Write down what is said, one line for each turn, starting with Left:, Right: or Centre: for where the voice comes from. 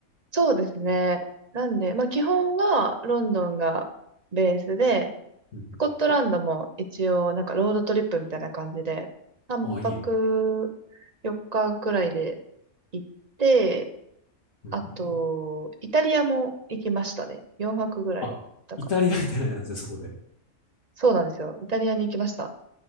Right: そうですね。なんで、まあ基本はロンドンがベースで、
Left: うんうん
Right: スコットランドも一応なんかロードトリップみたいな感じで、3泊4日くらいで
Left: あ、いいね。
Right: 行って、
Left: うんうんうん
Right: あと、イタリアも行きましたね。4泊ぐらいだから。
Left: あ、イタリアみたいなんですね、そこで。
Right: そうなんですよ。イタリアに行きました。